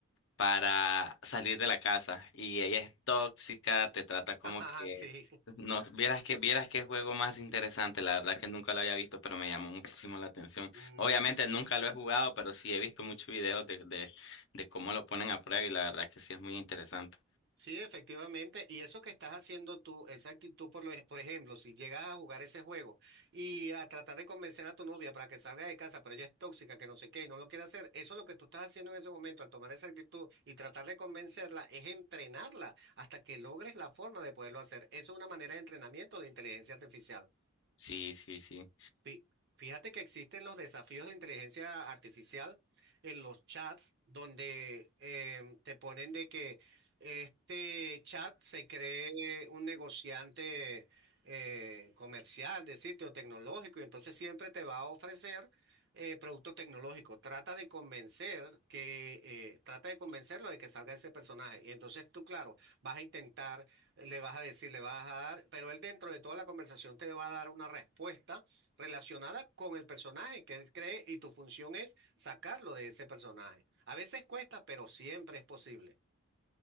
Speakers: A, on the left; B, on the right.
A: para salir de la casa. Y ella es tóxica, te trata como
B: <laughs>
A: que...
B: Sí.
A: No, vieras que, vieras qué juego más interesante, la verdad que nunca lo había visto, pero me llamó muchísimo la atención.
B: <laughs>
A: Obviamente nunca lo he jugado, pero sí he visto muchos videos de, de, de cómo lo ponen a prueba y la verdad que sí es muy interesante.
B: Sí, efectivamente. Y eso que estás haciendo tú, esa actitud, por, lo, ej- por ejemplo, si llegas a jugar ese juego y a tratar de convencer a tu novia para que salga de casa, pero ella es tóxica, que no sé qué, y no lo quiere hacer, eso es lo que tú estás haciendo en ese momento, al tomar esa actitud y tratar de convencerla, es entrenarla hasta que logres la forma de poderlo hacer. Eso es una manera de entrenamiento de inteligencia artificial.
A: Sí, sí, sí.
B: Fí- Fíjate que existen los desafíos de inteligencia artificial en los chats donde em, te ponen de que este chat se cree un negociante eh, comercial de sitio tecnológico y entonces siempre te va a ofrecer eh, producto tecnológico. Trata de convencer que eh, trata de convencerlo de que salga ese personaje y entonces tú, claro, vas a intentar, le vas a decir, le vas a dar, pero él dentro de toda la conversación te va a dar una respuesta relacionada con el personaje que él cree y tu función es sacarlo de ese personaje. A veces cuesta, pero siempre es posible.